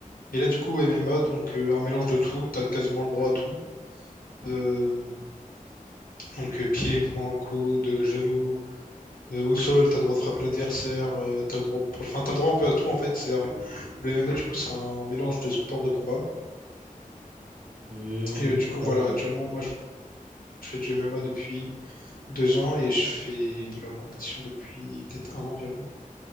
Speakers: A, on the left; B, on the right.
A: Et là, du coup, MMA, donc euh, un mélange de tout, t'as quasiment le droit à tout. Euh, donc euh, pied, poing, coude, genou, euh, au sol, t'as le droit de frapper l'adversaire, euh, t'as le droit, enfin t'as le droit un peu à tout en fait. C'est un- le
B: Mmh.
A: MMA du coup, c'est un mélange de sport de combat.
B: Mmh,
A: Et euh, du coup,
B: D'accord.
A: voilà, actuellement, moi, je je fais du MMA depuis deux ans et je fais de la compétition depuis peut-être un an environ.